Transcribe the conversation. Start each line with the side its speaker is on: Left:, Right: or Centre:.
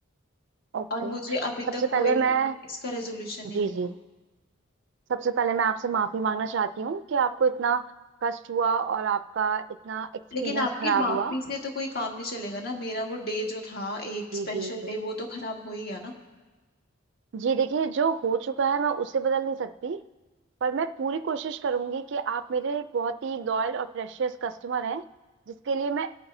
Right: ओके
Left: और मुझे अभी
Right: सबसे
Left: तक कोई
Right: पहले मैं
Left: इसका रेजोल्यूशन नहीं
Right: जी
Left: मिला
Right: जी सबसे पहले मैं आपसे माफी मांगना चाहती हूँ कि आपको इतना कष्ट हुआ और आपका इतना एक्सपीरियंस
Left: लेकिन आपकी
Right: खराब
Left: माफी
Right: हुआ
Left: से तो कोई काम नहीं चलेगा ना मेरा वो डे जो था एक
Right: जी
Left: स्पेशल
Right: जी जी
Left: डे वो तो खराब हो ही गया ना
Right: जी, देखिए जो हो चुका है मैं उसे बदल नहीं सकती पर मैं पूरी कोशिश करूंगी कि आप मेरे बहुत ही लॉयल और प्रेशियस कस्टमर हैं जिसके लिए मैं